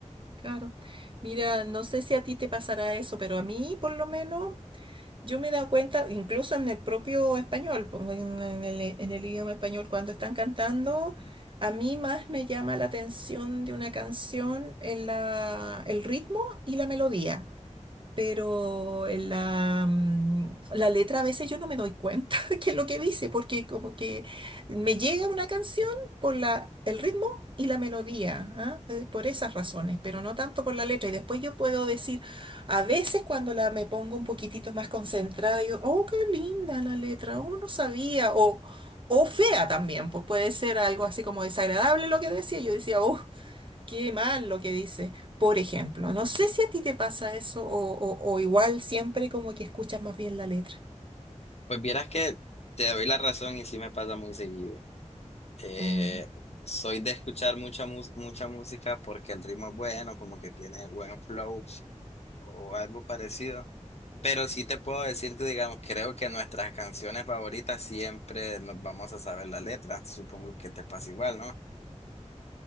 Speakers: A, on the right; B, on the left.
A: Claro. Mira, no sé si a ti te pasará eso, pero a mí por lo menos yo me he dado cuenta, incluso en el propio español, pues, en, en el, en el idioma español, cuando están cantando, a mí más me llama la atención de una canción en la- el ritmo y la melodía pero en la, mm, la letra a veces yo no me doy cuenta <laughs> qué es lo que dice, porque como que me llega una canción por la, el ritmo y la melodía, ¿ah? Eh, Por esas razones, pero no tanto por la letra. Y después yo puedo decir, a veces cuando la, me pongo un poquitito más concentrada, digo, oh, qué linda la letra, oh, no sabía, o... O fea también, pues puede ser algo así como desagradable lo que decía. Yo decía, oh, Qué mal lo que dice. Por ejemplo, no sé si a ti te pasa eso o, o- o igual siempre como que escuchas más bien la letra.
B: Pues vieras que te doy la razón y sí me pasa muy seguido. Eh,
A: Mm.
B: soy de escuchar mucha, mus- mucha música porque el ritmo es bueno, como que tiene buen flow o algo parecido. Pero sí te puedo decir que, digamos, creo que nuestras canciones favoritas siempre nos vamos a saber la letra. Supongo que te pasa igual, ¿no?